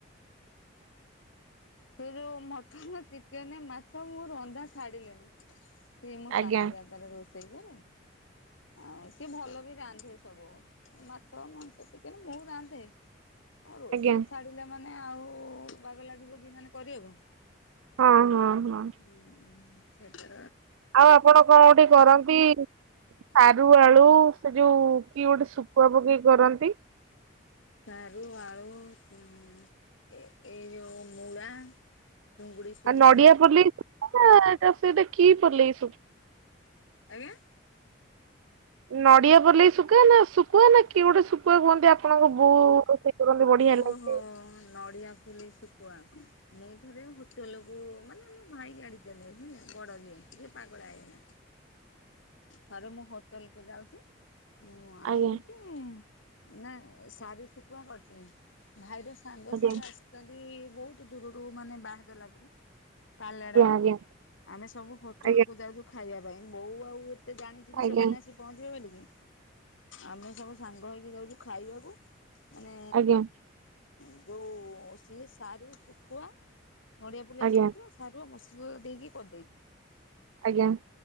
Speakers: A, on the left; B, on the right.
A: ସେ ଯୋଉ ମଟନ ଚିକେନ ମାଛ ମୁଁ ରନ୍ଧା ଛାଡ଼ିଲିଣି। ସେ ମୁଁ
B: ଆଜ୍ଞା
A: ସାନ ଜାଗାରେ ରହୁଛି। ସେଇରେ ଆଉ ସିଏ ଭଲ ବି ରାନ୍ଧେ ଏସବୁ ମାଛ ମାଂସ ଚିକେନ। କିନ୍ତୁ ମୁଁ ରାନ୍ଧେ ଆ ରୋଷେଇ
B: ଆଜ୍ଞା
A: ଛାଡ଼ିଲେ ମାନେ ମାନେ ଆଉ ବାଗ ଲାଗିବ କି ମାନେ କରିବା କୁ?
B: ହଁ ହଁ। ହଁ
A: ହୁଁ ସେଇଟା
B: ଆଉ ଆପଣ କଣ କଉଠି କରନ୍ତି? ସାରୁ ଆଳୁ ସେ ଯୋଉ କି ଗୋଟେ ଶୁଖୁଆ ପକେଇକି କରନ୍ତି।
A: ସାରୁ ଆଳୁ ଉ ଏଇ ଯୋଉ ମୂଳା। ଚିଙ୍ଗୁଡ଼ି ଶୁଖୁଆ।
B: ଆଉ ନଡିଆ ପଲେଇ ଶୁଖୁଆ ନା ଏଟା ସେଇଟା କି ପଲେଇ ସବୁ?
A: ଆଜ୍ଞା?
B: ନଡ଼ିଆ ପଲେଇ ଶୁଖୁଆ ନା ଶୁଖୁଆ ନା କିଏ ଗୋଟେ ଶୁଖୁଆ କୁହନ୍ତି ଆପଣଙ୍କ ବୋଉ କରନ୍ତି ବଢିଆ
A: ଓହୋ
B: ଲାଗେ।
A: ନଡ଼ିଆ ଫୁଲେଇ ଶୁଖୁଆ। ମୁଁ ଥରେ ହୋଟେଲ କୁ ମାନେ ମୋ ଭାଇ ଆଣି ଥିଲେ ହେଲା ବଡ଼ ଯିଏ ଟିକେ ପାଗଳା ହେଇଗଲା।
B: <inaudible>
A: ଥରେ ମୁଁ ହୋଟେଲ କୁ ଯାଉଚି। ମୁଁ ଆସୁଚି
B: ଆଜ୍ଞା
A: ନା ଶାରୁ ଶୁଖୁଆ କରଚନ୍ତି ଭାଇର ସୁ ସାଙ୍ଗ
B: ଆଜ୍ଞା
A: ସବୁ ଆସିଛନ୍ତି ବହୁତ ଦୂରରୁ ମାନେ ବାହା ଦେଲା ପୁରୁ ପାହାଡ଼ ରୁ
B: ଆଜ୍ଞା
A: ଆମେ ସବୁ ହୋଟେଲ
B: ଆଜ୍ଞା
A: କୁ ଯାଉଚୁ ଖାଇବା ପାଇଁ ବୋଉ ଆଉ ତତେ ଜାଣିଚିକି
B: ଆଜ୍ଞା
A: ସେମାନେ ଆସି ପହଞ୍ଚିବେ ବୋଲିିକି ଆମେ ସବୁ ସାଙ୍ଗ ହେଇକି ଯାଉଚୁ ଖାଇବାକୁ ମାନେ
B: ଆଜ୍ଞା
A: ଉ ଯଉ ସିଏ ସାରୁ ଶୁଖୁଆ ନଡ଼ିଆ ପୁଲଆ
B: ଆଜ୍ଞା
A: ଶୁଖୁ ସାରୁ ଆ ମସଲା ଦେଇକି କରିଦେଇଚି।
B: ଆଜ୍ଞା।